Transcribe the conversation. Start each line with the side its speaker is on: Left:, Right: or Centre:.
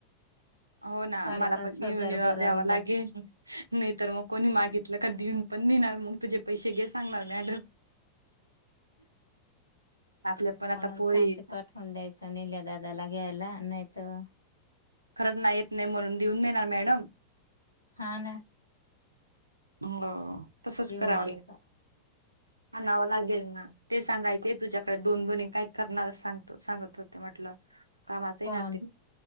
Right: हो ना
Left: साडेपाच
Right: मला पण घेऊन
Left: हजार
Right: यावं
Left: भरावं
Right: लागेल नाही तर मग कोणी मागितलं देऊन.... पण देणार मग तुझे पैसे घे सांगणार मॅडम.... आपल्या पण आता
Left: म्हणून
Right: पोरी
Left: सांगते पाठवून द्यायच निल्या दादाला घ्यायला नाही. तर...
Right: खरंच नाही येत नाही म्हणून देऊन देणार मॅडम..
Left: हा ना
Right: हो. तसच
Left: घेऊन
Right: कराव
Left: यायचा
Right: आणावं लागेल ना. ते सांगायचे तुझ्याकडे दोन बोणी काय करणार सांगतो सांगत होते म्हटलं. कामाात
Left: कोण
Right: नाते